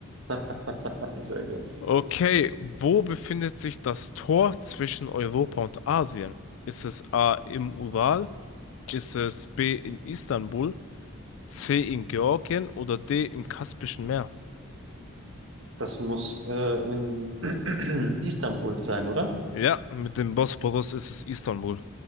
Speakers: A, on the right; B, on the left.
A: <laughs> Sehr gut.
B: Okay, wo befindet sich das Tor zwischen Europa und Asien? Ist es A im Ural? Ist es B in Istanbul? C in Georgien oder D im Kaspischen Meer?
A: Das muss äh, in <clears throat> Istanbul sein, oder?
B: Ja, mit dem Bosporus ist es Istanbul.